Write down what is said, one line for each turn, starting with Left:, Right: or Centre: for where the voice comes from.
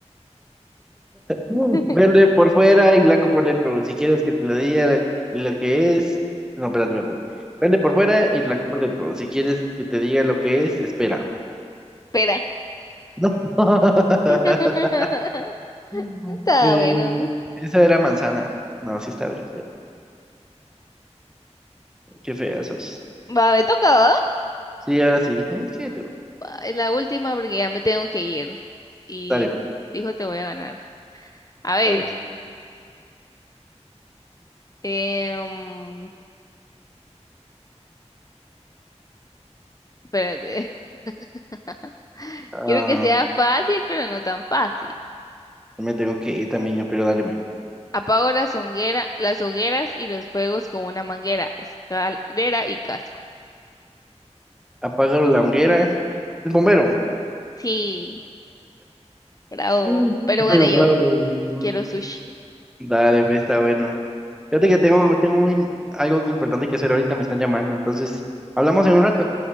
Centre: Mm,
Left: <laughs>
Centre: Verde por fuera y blanco por dentro. Si quieres que te lo diga la- lo que es. No, espérate, espérate. espérate. Verde por fuera y blanco por dentro. Si quieres que te diga lo que es, espera.
Left: Espera.
Centre: No. <laughs>
Left: <laughs>
Centre: Mm.
Left: Está
Centre: Eh,
Left: bueno.
Centre: esa era manzana. No, sí está bien. pero Qué fea sos.
Left: Va, me toca, ¿va?
Centre: Sí, ahora sí. Es que tú.
Left: Va, es la última porque ya me tengo que ir. y
Centre: Dale, men,
Left: dijo te voy a ganar. A ver,
Centre: dale. men.
Left: em, espérate. <laughs>
Centre: Ah,
Left: Quiero que sea fácil, pero no tan fácil.
Centre: yo me tengo que ir también yo, pero dale. men.
Left: Apago las honguera- las hogueras y los fuegos con una manguera, escalera y casco.
Centre: Apaga la hoguera. El bombero.
Left: Sí, bravo.
Centre: Mm.
Left: Pero
Centre: <laughs>
Left: gané
Centre: Bravo.
Left: yo. Quiero sushi.
Centre: Dale, pues, está bueno. Fíjate que tengo, tengo un im- algo importante que hacer ahorita, me están llamando. Entonces, hablamos en un rato.